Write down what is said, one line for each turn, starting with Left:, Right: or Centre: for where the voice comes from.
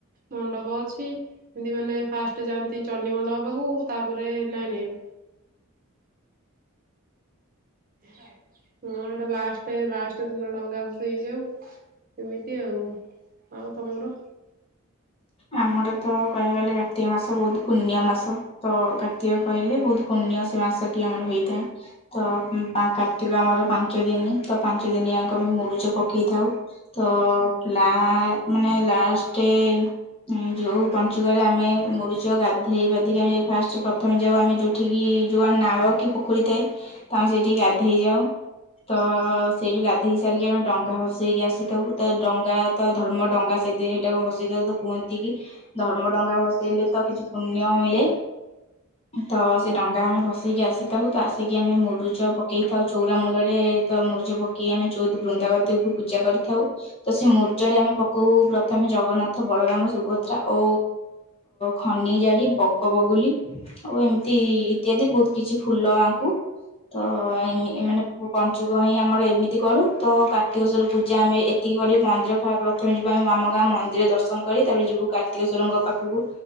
Right: ମଣ୍ଡପ ଅଛି ଏମତି ମାନେ ଫାଷ୍ଟ ଯାଆନ୍ତି ଚଣ୍ଡୀ ମଣ୍ଡପ ପାଖୁ ତାପରେ ନାଇଁ ନାଇଁ ଝା ହଁ ଏଟା ଲାଷ୍ଟେ ଲାଷ୍ଟେ ଦିନ ଡଙ୍ଗା ଭସେଇ ଯାଉଁ ଏମିତି ଆଉ ଆଉ ତମର?
Left: ଆମର ତ କହିବାକୁ ଗଲେ କାର୍ତ୍ତିକ ମାସ ବୋହୁତ ପୁଣ୍ୟ ମାସ ତ କାର୍ତ୍ତିକ କଇଲେ ବୋହୁତ ପୁଣ୍ୟ ସେ ମାସଟି ଆମର ହେଇଥାଏ। ତ ଉଁ ପା କାର୍ତ୍ତିକ ଆମର ପାଞ୍ଚ ଦିନି ତ ପାଞ୍ଚ ଦିନି ଆଙ୍କ ଆମେ ମୁରୁଜ ପକେଇଥାଉ ତ ପ୍ଲା ମାନେ ଲାଷ୍ଟେ ହୁଁ ଯୋଉ ପଞ୍ଚୁକରେ ଆମେ ମୁରିଚ ଗାଧେଇପାଧେଇକି ଆମେ ଫାଷ୍ଟ ପ୍ରଥମେ ଯାଉ ଆମେ ଯୋଉଠି ଯୋଉ ଆମ ନାଳ କି ପୋଖରୀ ଥାଏ ତ ଆମେ ସେଇଠିକି ଗାଧେଇ ଯାଉ ତ ସେଇଠି ଗାଧେଇ ସାରିକି ଆମେ ଡଙ୍ଗା ବସେଇକି ଆସିଥାଉ ତ ଡଙ୍ଗା ତ ଧର୍ମ ଡଙ୍ଗା ସେ ସେଇଟାକୁେ ଭସେଇଥାଉ କୁହନ୍ତି କି ଧର୍ମ ଡଙ୍ଗା ଭସେଇଲେ ତ କିଛି ପୁଣ୍ୟ ମିଳେ ତ ସେ ଡଙ୍ଗା ଆମେ ଭସେଇକି ଆସିଥାଉ ତ ଆସିକି ଆମେ ମୁରୁଜ ପକେଇଥାଉ ଚଉରା ମୂଳରେ ତ ମୁରୁଜ ପକେଇି ଆମେ ବୃନ୍ଦାବତୀକୁ ପୂଜା କରିଥାଉ ତ ସେ ମୂର୍ଜ ରେ ଆମେ ପକଉ ପ୍ରଥମେ ଜଗନ୍ନାଥ ଥ ବଳରାମ ସୁଭଦ୍ରା ଓ ଖନିଜାଡ଼ି ବଗ ବଗୁଲି ଆଉ ଏମିତି ଇତ୍ୟାଦି ବହୁତ କିଛି ଫୁଲ ଆଙ୍କୁ ତ ଆଇଁ ମାନେ ପଞ୍ଚୁକ ହିଁ ଆମର ଏମିତି କରୁ ତ କାର୍ତ୍ତିକ ସ୍ୱର ପୂଜା ଆମେ ଏତିକି କରି ମନ୍ଦିର ପ୍ରଥମେ ଯିବା ଆମ ଗାଁ ମନ୍ଦିର ଦର୍ଶ ଦରଶନ କରି ତାପରେ ଯିବୁ କାର୍ତ୍ତିକେଶ୍ଵରଙ୍କ ପାଖକୁ